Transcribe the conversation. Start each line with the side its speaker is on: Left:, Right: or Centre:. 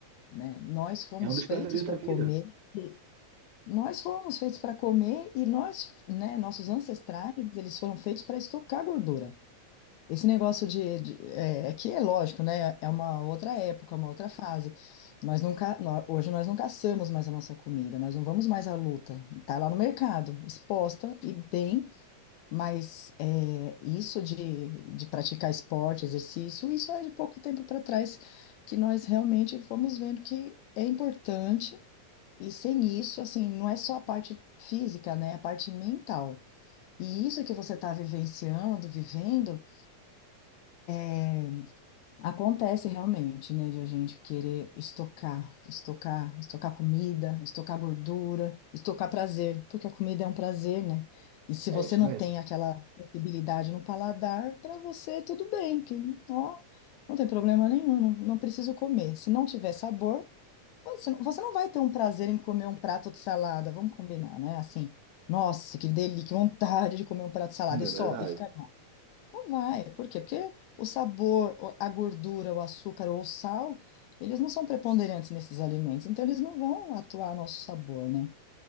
Left: né? Nós fomos
Right: É um dos
Left: feitos
Right: prazeres
Left: para
Right: da vida.
Left: comer, e- nós fomos feitos para comer e nós, né, nossos ancestrais, eles foram feitos para estocar gordura. Esse negócio de, de- é, é que é lógico, né? É uma outra época, uma outra fase. Nós nunca, nó- hoje nós não caçamos mais a nossa comida, nós não vamos mais à luta. Está lá no mercado, exposta e bem, mas é, isso de, de praticar esporte, exercício, isso é de pouco tempo para trás que nós realmente fomos vendo que é importante e sem isso, assim, não é só a parte física, né? É A parte mental. E isso que você está vivenciando, vivendo é, Acontece realmente, né, de a gente querer estocar, estocar, estocar comida, estocar gordura, estocar prazer, porque a comida é um prazer, né? E se
Right: É
Left: você
Right: isso
Left: não
Right: mesmo.
Left: tem aquela sensibilidade no paladar, para você tudo bem, que ó, não tem problema nenhum, não, não preciso comer. Se não tiver sabor, você, não- você não vai ter um prazer em comer um prato de salada, vamos combinar, né? Assim, nossa, que delícia, que vontade de comer um prato de salada
Right: Hum. É
Left: e só,
Right: verdade.
Left: e ficar não vai. Por quê? Porque o sabor, o- a gordura, o açúcar ou o sal, eles não são preponderantes nesses alimentos, então eles não vão atuar no nosso sabor, né?